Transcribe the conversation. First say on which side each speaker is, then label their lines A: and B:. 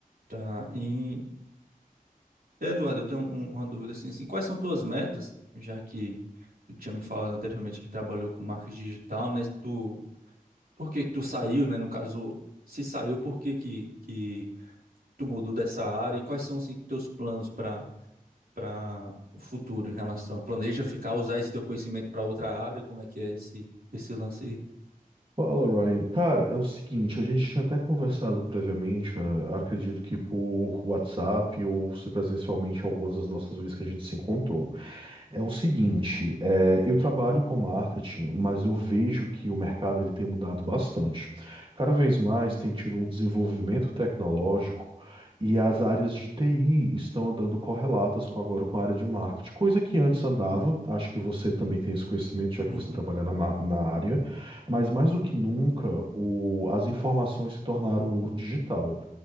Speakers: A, on the right (about 75°); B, on the right (about 35°).
A: Tá. E, Eduardo, eu tenho um- uma dúvida assim, assim, quais são tuas metas, já que tu tinha me falado anteriormente que trabalhou com marketing digital, né? Tu, por que que tu saiu, né? No caso, se saiu, por que que, que tu mudou dessa área e quais são assim, teus planos para para o futuro em relação? Planeja ficar, usar esse teu conhecimento para outra área? Como é que é esse esse lance aí?
B: Fala, Ryan. Cara, é o seguinte, a gente tinha até conversado previamente, eh, acredito que por WhatsApp ou se presencialmente algumas das nossas vezes que a gente se encontrou. É o seguinte, eh, eu trabalho com marketing, mas eu vejo que o mercado ele tem mudado bastante. Cada vez mais tem tido um desenvolvimento tecnológico e as áreas de TI estão andando correlatas com agora com a área de marketing, coisa que antes andava. Acho que você também tem esse conhecimento, já
A: Uhum.
B: que você trabalha na, ma- na área. Mas mais do que nunca, o- as informações se tornaram ouro digital.